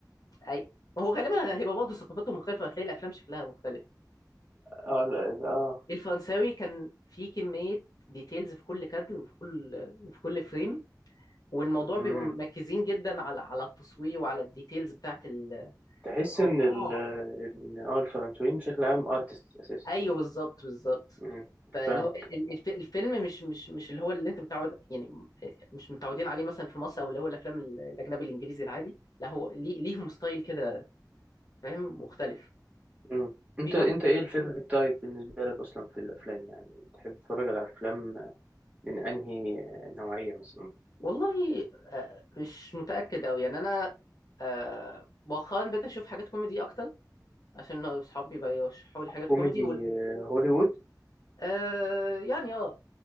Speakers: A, on the left; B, on the right.
A: أي هو غالبا هيبقى برضه ثقافاتهم مختلفة هتلاقي الأفلام شكلها مختلف
B: اه لا، اه
A: الفرنساوي كان فيه كمية ديتيلز في كل كادر وفي كل وفي كل فريم والموضوع
B: مم.
A: بيبقوا مركزين جدا على على التصوير وعلى الديتيلز بتاعت ال-
B: تحس
A: الموضوع
B: ان ال ال- اه الفرنسويين بشكل عام ارتست اساسا
A: ايوه بالظبط بالظبط
B: مم.
A: فاللي
B: فاهم
A: هو ال- الف- الفيلم مش مش مش اللي هو اللي انت متعود يعني مش متعودين عليه مثلا في مصر او اللي هو الافلام ال- الاجنبي الانجليزي العادي لا هو ليه ليهم ستايل كده فاهم مختلف
B: مم. انت
A: في
B: انت
A: واحد
B: ايه الفيفوريت تايب بالنسبه لك اصلا في الافلام يعني تحب تتفرج على افلام من انهي نوعيه مثلا
A: والله آه، مش متاكد قوي يعني انا آه، مؤخرا بقيت اشوف حاجات كوميدي اكتر عشان اصحابي بقى يرشحوا لي حاجات
B: كوميدي
A: كوميدي وال...
B: آه، هوليوود
A: آه يعني اه